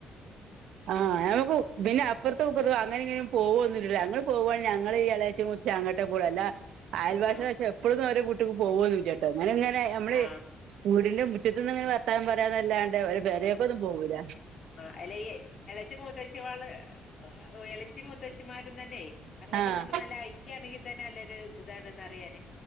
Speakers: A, on the right (about 75°); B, on the left (about 50°).
A: ആഹ് അത് നമുക്കു
B: ഉം
A: പിന്ന അപ്പറത്തും ഇപ്പറത്തും അങ്ങനെ എങ്ങനേം പോവൊന്നുമില്ല ഞങ്ങള് പോവാണേ ഞങ്ങള് ഈ എളയച്ചി മുത്തച്ചി അങ്ങട്ട് പോവുള്ളു അല്ലാ അയൽ
B: ആ
A: വാസി വച്ചാൽ എപ്പഴൊന്നും അവര വീട്ടിക്ക് പോവോന്നും ഇല്ലേട്ട അങ്ങനെ ഇങ്ങനെ നമ്മള്
B: ആ
A: വീടിന്റെ <unintelligible> മുറ്റത്ത് നിന്നങ്ങനെ വർത്താനം പറയാന്നല്ലാണ്ട് ഓരെ പെരേക്കൊന്നും പോവൂല
B: അയിലെ ഇയ്യേ എളെച്ചി മൂത്തേച്ചി വാള് എളെച്ചി മൂത്തേച്ചിമാരും തന്നെ. അങ്ങോട്ടും
A: ആഹ്
B: ഇങ്ങോട്ടും നല്ല ഐക്യാണെങ്കിൽ തന്നെ നല്ലൊരു ഇതാണെന്ന് പറയാന്